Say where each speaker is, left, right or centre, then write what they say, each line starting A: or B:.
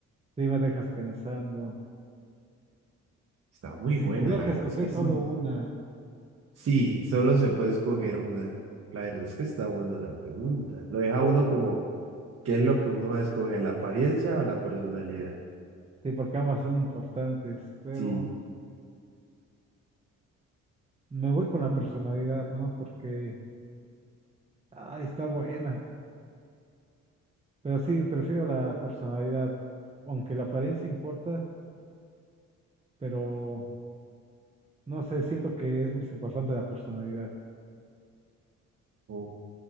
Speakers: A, on the right; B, on the right.
A: Sí, me dejas pensando.
B: Está muy
A: Si
B: buena,
A: tuviera
B: la
A: que
B: verdad
A: escoger
B: es que sí.
A: solo una,
B: Sí, solo se puede escoger una. La verdad es que está buena esa pregunta. Lo deja uno como, ¿qué es lo que uno va a escoger? ¿La apariencia o la personalidad?
A: sí, porque ambas son importantes, pero
B: Sí.
A: me voy con la
B: mm,
A: personalidad, ¿no? Porque, ay, está buena. Pero sí, prefiero la personalidad, aunque la apariencia importa, pero no sé, siento que es más importante la personalidad.
B: Ok.